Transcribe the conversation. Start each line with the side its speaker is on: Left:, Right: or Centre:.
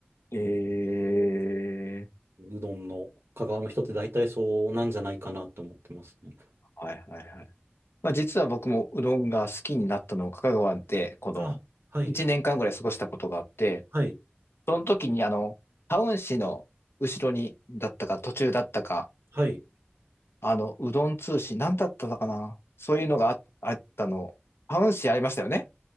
Left: う。ええ。
Right: うどんの香川の人って大体そうなんじゃないかなと思ってますね。
Left: はいはいはい。まあ実は僕もうどんが好きになったのを香川でこの1年間ぐらい過ごしたことがあって、
Right: あ、はい、はい、
Left: その時にあの、タウン市の後ろにだったか途中だったか
Right: はい、
Left: あの、うどん通信、なんだったのかなそういうのがあ、あったの。タウン誌ありましたよね。